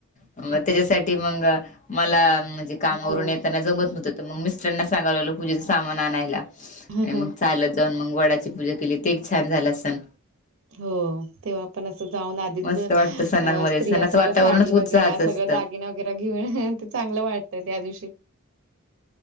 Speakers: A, on the left (about 35°); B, on the right (about 65°).
A: मग त्याच्यासाठी मग मला म्हणजे कामावरून
B: हो
A: येताना जमत नव्हत. तर मग मिस्टरना सांगायला लागलो पूजेच सामान आणायला
B: हं,
A: आणि
B: हं.
A: मग चालत जावून मंग वडाची पूजा केली ते एक छान झाल असण.
B: हो. तेव्हा पण असं जाऊन आधीच
A: मस्त वाटतं सणांमध्ये
B: स्त्रिया
A: सणाचं
B: सगळं
A: वातावरणच
B: साडी
A: उत्साहाचं
B: वगैरे सगळं
A: असतं.
B: दागिन वगैरे घेऊन ते चांगलं वाटतंय त्या दिवशी.